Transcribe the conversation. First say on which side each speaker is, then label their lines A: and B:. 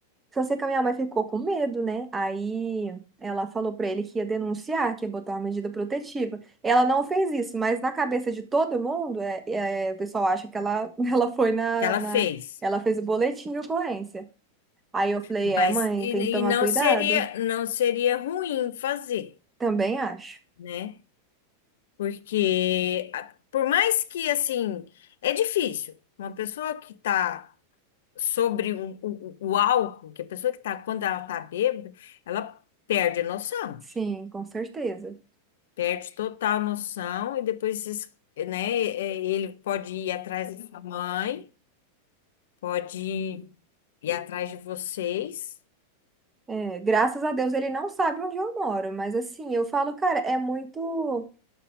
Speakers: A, on the right; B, on the left.
A: Só sei que a minha mãe ficou com medo, né? Aí ela falou pra ele que ia denunciar, que ia botar uma medida protetiva. Ela não fez isso, mas na cabeça de todo mundo, é, é, o pessoal acha que ela, <laughs> ela foi na,
B: que ela
A: na.
B: fez?
A: Ela fez o boletim de ocorrência. Aí eu falei,
B: Mas
A: é, mãe,
B: e,
A: tem que tomar
B: e não
A: cuidado.
B: seria não seria ruim fazer,
A: Também acho.
B: né? Porque a- por mais que assim, é difícil. Uma pessoa que tá sobre o, o, o álcool, que a pessoa que tá, quando ela tá bêbada, ela perde a noção,
A: Sim, com certeza.
B: perde total noção, e depois, esses- né, é, ele pode ir atrás da sua mãe, pode ir atrás de vocês.
A: É, graças a Deus ele não sabe onde eu moro, mas assim, eu falo, cara, é muito.